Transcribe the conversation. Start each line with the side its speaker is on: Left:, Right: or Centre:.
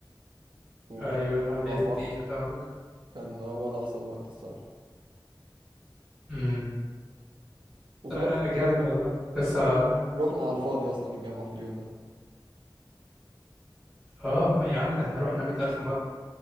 Right: والطريق
Centre: ايوه
Right: كان
Centre: العربيات
Right: كله على البحر
Centre: التقيلة فاهمك
Right: كان هو ده أحسن وقت الصراحة
Centre: امم
Right: وفي
Centre: آه،
Right: الآخر
Centre: جامد
Right: برضه
Centre: والله بس
Right: فاكر
Centre: اه
Right: رحنا على الفاضي أصلا الجامعة في اليوم ده
Centre: آه، يا عم ده احنا رحنا 100000 مرة